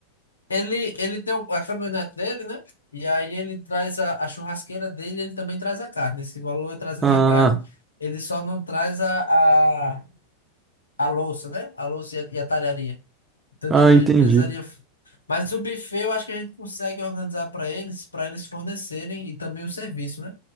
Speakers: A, on the left (about 75°); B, on the right (about 15°).
A: Ele, ele tem a caminhonete dele, né? E aí ele traz a, a churrasqueira dele, ele também traz a carne. Esse valor é trazendo
B: Ah,
A: a carne. Ele só não traz a, a, a louça, né? A louça e a, e a talharia. Então,
B: ah,
A: tipo, a
B: entendi.
A: gente precisaria. Mas o buffet eu acho que a gente consegue organizar para eles, para eles fornecerem e também o serviço, né?